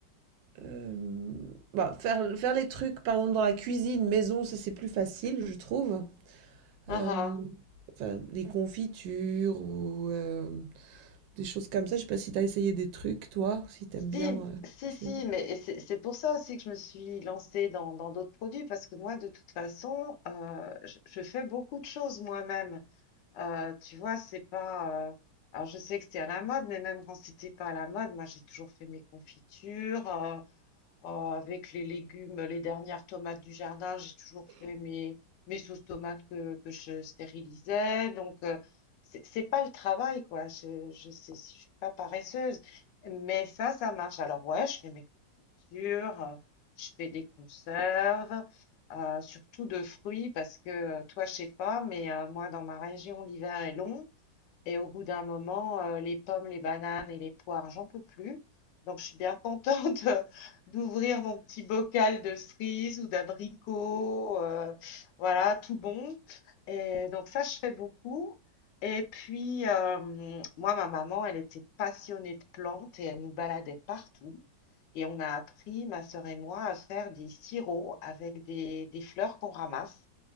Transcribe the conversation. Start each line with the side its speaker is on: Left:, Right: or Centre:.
Right: euh, bah, faire, faire les trucs, par exemple, dans la cuisine, maison, ça c'est plus facile, je trouve.
Left: Ah
Right: Euh,
Left: ah.
Right: enfin, des confitures ou euh, des choses comme ça. Je sais pas si t'as essayé des trucs, toi, si t'aimes bien.
Left: Si,
Right: euh,
Left: si,
Right: c'est-
Left: si, mais et c'est c'est pour ça aussi que je me suis lancée dans dans d'autres produits, parce que moi, de toute façon, euh, je, je fais beaucoup de choses moi-même. Euh, tu vois, c'est pas. euh, alors, je sais que c'est à la mode, mais même quand c'était pas à la mode, moi, j'ai toujours fait mes confitures. euh, Euh, avec les légumes, les dernières tomates du jardin, j'ai toujours fait mes, mes sauces tomates que, que je stérilisais. Donc, euh, c'est c'est pas le travail, quoi. Je, je, sais- je suis pas paresseuse. Mais ça, ça marche. Alors, ouais, je fais mes confitures, euh, je fais des conserves, euh, surtout de fruits, parce que euh, toi, je sais pas, mais euh, moi, dans ma région, l'hiver est long. Et au bout d'un moment, euh, les pommes, les bananes et les poires, j'en peux plus. Donc, je suis bien contente <laughs> d'ouvrir mon petit bocal de cerises ou d'abricots, euh, voilà, tout bon. Et donc, ça, je fais beaucoup. Et puis, euh, moi, ma maman, elle était passionnée de plantes et elle nous baladait partout. Et on a appris, ma sœur et moi, à faire des sirops avec des, des fleurs qu'on ramasse